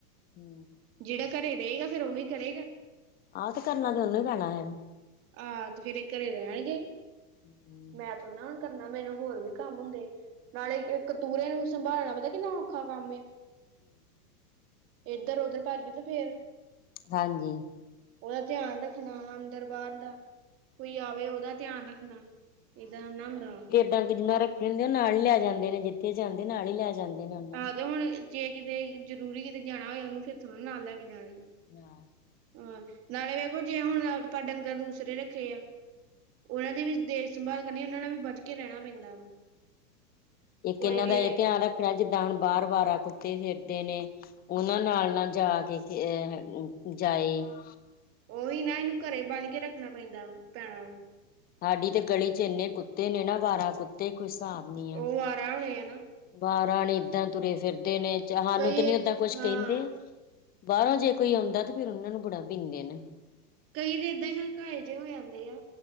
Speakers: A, on the left; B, on the right.
A: ਹੂੰ,
B: ਜਿਹੜਾ ਘਰੇ ਰਹੇਗਾ, ਫੇਰ ਉਹੀ ਕਰੇਗਾ।
A: ਆਹ ਤੇ ਕਰਨਾ, ਤੇ ਉਹਨੂੰ ਹੀ ਪੈਣਾ ਐ।
B: ਆਹ ਤੇ ਫੇਰ ਇਹ ਘਰੇ ਰਹਿਣਗੇ।
A: ਹਮ
B: ਮੈਂ ਥੋੜ੍ਹਾ ਹੁਣ ਕਰਨਾ, ਮੈਨੂੰ ਹੋਰ ਵੀ ਕੰਮ ਹੁੰਦੇ। ਨਾਲੇ ਕਤੂਰੇ ਨੂੰ ਸੰਭਾਲਣਾ, ਪਤਾ ਕਿੰਨਾ ਔਖਾ ਕੰਮ ਐ। ਏਧਰ ਓਧਰ ਭੱਜ ਗਈ ਤੇ ਫੇਰ
A: ਹਾਂਜੀ
B: ਉਹਦਾ ਧਿਆਨ ਰੱਖਣਾ, ਅੰਦਰ- ਬਾਹਰ ਦਾ। ਕੋਈ ਆਵੇ ਉਹਦਾ ਧਿਆਨ ਰੱਖਣਾ, ਇਹਦਾ ਨਮ ਦਾ।
A: ਟੰਗ ਜਿੰਨਾ ਰੱਖੇ ਹੁੰਦੇ, ਉਹ ਨਾਲ ਹੀ ਲੈ ਜਾਂਦੇ ਨੇ, ਜਿੱਥੇ ਜਾਂਦੇ ਨਾਲ ਹੀ ਲੈ ਜਾਂਦੇ ਨੇ। ਉਹਨਾਂ
B: ਆਹੋ
A: ਨੂੰ
B: ਤੇ ਹੁਣ ਜੇ ਕਿਤੇ ਜ਼ਰੂਰੀ ਕਿਤੇ ਜਾਣਾ ਹੋਏ, ਉਹਨੂੰ ਫੇਰ ਥੋੜ੍ਹਾ ਨਾਲ ਲੈ ਕੇ ਜਾਣਗੇ।
A: ਨਾ
B: ਹਾਂ, ਨਾਲੇ ਵੇਖੋ ਜੇ ਹੁਣ ਆਪਾਂ ਡੰਗਰ ਦੂਸਰੇ ਰੱਖੇ ਆ ਉਹਨਾਂ ਦੀ ਵੀ ਦੇਖ ਸੰਭਾਲ ਕਰਨੀ, ਉਹਨਾਂ ਨਾਲ ਵੀ ਬਚ ਕੇ ਰਹਿਣਾ ਪੈਂਦਾ ਵਾ।
A: ਇੱਕ
B: ਕੋਈ
A: ਇਹਨਾਂ
B: ਵੀ
A: ਦਾ ਇਹ
B: ਹੋਏ
A: ਧਿਆਨ ਰੱਖਣਾ, ਜਿੱਦਾਂ ਹੁਣ ਬਾਹਰ ਅਵਾਰਾ ਕੁੱਤੇ ਫਿਰਦੇ ਨੇ। ਉਹਨਾਂ ਨਾਲ ਨਾ ਜਾ ਕੇ ਕੇ ਜਾਏ, ਹਾਂ।
B: ਉਹੀ ਨਾ ਇਹਨੂੰ ਘਰੇ ਬੰਨ੍ਹ ਕੇ ਰੱਖਣਾ ਪੈਂਦਾ ਵਾ। ਪੈਣਾ
A: ਸਾਡੀ ਤੇ ਗਲੀ ਚ ਇੰਨੇ ਕੁੱਤੇ ਨੇ ਨਾ ਅਵਾਰਾ ਕੁੱਤੇ, ਕੋਈ ਹਿਸਾਬ ਨੀ। ਆ
B: ਉਹ ਆਵਾਰਾ ਹੋਣੇ ਐ ਨਾ।
A: ਅਵਾਰਾ ਨੀ, ਏਦਾਂ ਤੁਰੇ ਫਿਰਦੇ ਨੇ, ਸਾਨੂੰ
B: ਕਈ
A: ਤੇ ਨੀ
B: ਏਦ-
A: ਓਦਾਂ ਕੁਛ
B: ਹਾਂ
A: ਕਹਿੰਦੇ। ਬਾਹਰੋਂ ਜੇ ਕੋਈ ਆਉਂਦਾ, ਤੇ ਫੇਰ ਉਹਨਾਂ ਨੂੰ ਬੜਾ ਪੀਂਦੇ ਨੇ।
B: ਕਈ ਦੇ ਏਦਾਂ ਹੀ ਹਲਕਾਏ ਜਿਹੇ ਹੋ ਜਾਂਦੇ ਆ।